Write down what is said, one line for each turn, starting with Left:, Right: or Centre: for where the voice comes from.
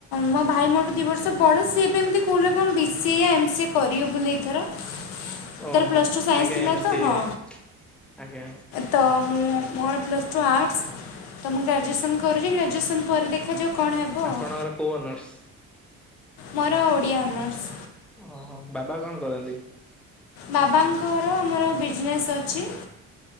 Left: ମୋ ଭାଇ ମୋଠୁ ଦି ବର୍ଷ ବଡ ସିଏ ବି ଏମିତି କହୁଲା କଣ ବି ସିଏ ଏମ ସି ଏ କରିବ ବୋଲି ଏଇଥର।
Centre: ଓହୋ
Left: ତାର ପ୍ଲସ ଟୁ ସାଇନ୍ସ
Centre: ଆଜ୍ଞା
Left: ଥିଲା
Centre: ଏମ
Left: ତ
Centre: ସିଏ
Left: ହଁ।
Centre: ଆଜ୍ଞା
Left: ତ ମୁଁ ମୋର ପ୍ଲସ୍ ଟୁ ଆର୍ଟସ୍ ତ ମୁଁ ଗ୍ରାଜୁଏସନ୍ କରୁଛି ଗ୍ରାଜୁଏସନ୍ ପରେ ଦେଖାଯାଉ। କଣ ହେବ
Centre: ଆପଣଙ୍କର
Left: ଆଉ
Centre: କୋଉ ଅନର୍ସ?
Left: ମୋର ଓଡ଼ିଆ ଅନର୍ସ।
Centre: ଓହୋ ବାବା କଣ କରନ୍ତି?
Left: ବାବାଙ୍କର ଆମର ବିଜନେସ୍ ଅଛି।